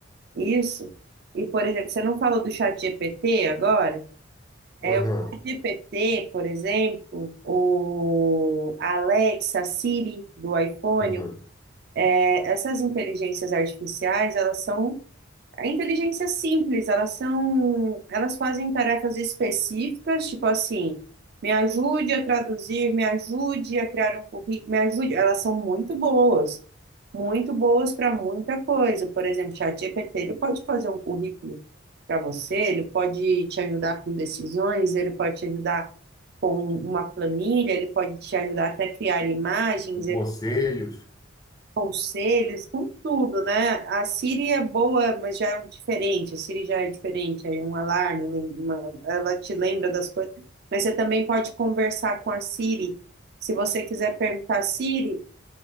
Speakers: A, on the right; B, on the left.
A: isso. E, por exemplo, você não falou do chat GPT agora? É
B: aham,
A: o chat GPT, por exemplo, o Alexa, Siri do iPhone,
B: aham.
A: é, essas inteligências artificiais, elas são a inteligência é simples, elas são, elas fazem tarefas específicas, tipo assim, me ajude a traduzir, me ajude a criar um currículo, me ajude. Elas são muito boas, muito boas para muita coisa. Por exemplo, ChatGPT, ele pode fazer um currículo para você, ele pode te ajudar com decisões, ele pode te ajudar com uma planilha, ele pode te ajudar até criar imagens,
B: E Conselhos,
A: conselhos, com tudo, né? A Siri é boa, mas já é um diferente. A Siri já é diferente, aí um alarme, um lem- uma- ela te lembra das coisas. Mas você também pode conversar com a Siri. Se você quiser perguntar, Siri,